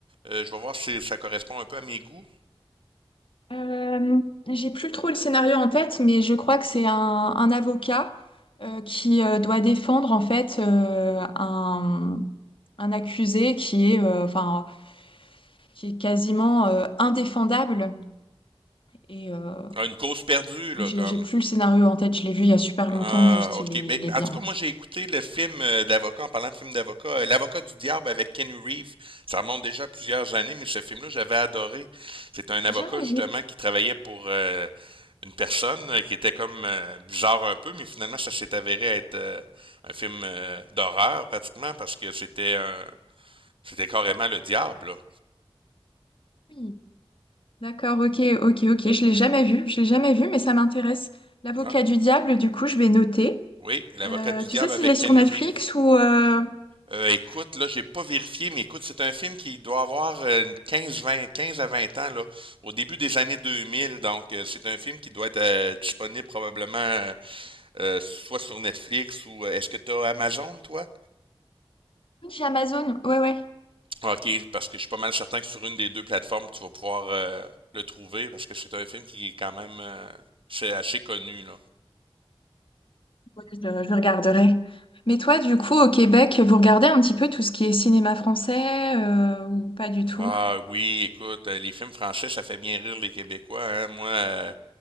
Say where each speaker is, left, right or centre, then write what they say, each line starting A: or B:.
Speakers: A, on the right; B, on the left.
A: euh, je vais voir si ça correspond un peu à mes goûts.
B: Euh, j'ai plus trop le scénario en tête, mais je crois que c'est un, un avocat euh, qui euh, doit défendre en fait euh, un, un accusé qui est, euh, enfin, qui est quasiment euh, indéfendable. Et euh,
A: Ah, une cause perdue, là,
B: j'ai,
A: comme.
B: j'ai plus le scénario en tête, je l'ai vu il y a super longtemps,
A: Ah,
B: juste
A: ok.
B: il est,
A: Ben,
B: il est bien,
A: en tout cas,
B: quoi.
A: moi, j'ai écouté le film euh, d'avocat, en parlant de film d'avocat, euh, L'avocat du diable avec Ken Reeves. Ça remonte déjà à plusieurs années, mais ce film-là, j'avais adoré. C'est un avocat,
B: Jamais
A: justement,
B: vu.
A: qui travaillait pour euh, une personne euh, qui était comme euh, bizarre un peu, mais finalement, ça s'est avéré être euh, un film euh, d'horreur, pratiquement, parce que c'était un... c'était carrément le diable, là.
B: Oui. D'accord, ok, ok, ok, je l'ai jamais vu, je l'ai jamais vu, mais ça m'intéresse. L'avocat
A: Ah,
B: du diable, du coup, je vais noter.
A: oui, L'avocat
B: Euh,
A: du
B: tu
A: diable
B: sais s'il
A: avec
B: est sur
A: Ken
B: Netflix
A: Reeves.
B: ou... euh,
A: Euh, écoute, là, j'ai pas vérifié, mais écoute, c'est un film qui doit avoir euh, 15, 20, 15 à 20 ans, là, au début des années 2000. Donc, euh, c'est un film qui doit être euh, disponible probablement euh, euh, soit sur Netflix ou euh, est-ce que tu as Amazon, toi?
B: Oui, J'ai Amazon, ouais, ouais.
A: Ok, parce que je suis pas mal certain que sur une des deux plateformes, tu vas pouvoir euh, le trouver parce que c'est un film qui est quand même euh, c'est assez connu, là.
B: Ouais, Je, je regarderai. Mais toi, du coup, au Québec, vous regardez un petit peu tout ce qui est cinéma français euh, ou pas du tout?
A: Ah oui, écoute, euh, les films français, ça fait bien rire les Québécois, hein. Moi, euh,